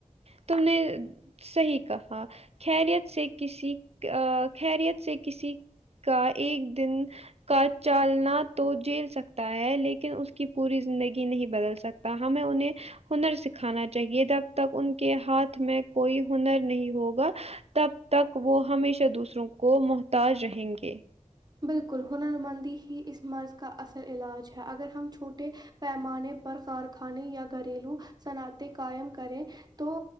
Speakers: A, on the right (about 55°); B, on the right (about 30°).
A: تم نے صحیح کہا خریت سے کسی ا خیریت سے کسی کا ایک دن کا چالنا تو جیل سکتا ہے لیکن اس کی پوری زندگی نہیں بدل سکتی ہمیں انہیں ہنر سکھانا چاہیے جب تک ان کے ہاتھ میں کوئی ہنر نہیں ہوگا تب تک وہ ہمیشہ دوسروں کو محتاج رہیں گے
B: بالکل ہنرمندی ہی اس مرض کا اصل علاج ہے اگر ہم چھوٹے پیمانے پر کارخانے یا گھریلو صنعتیں قائم کریں تو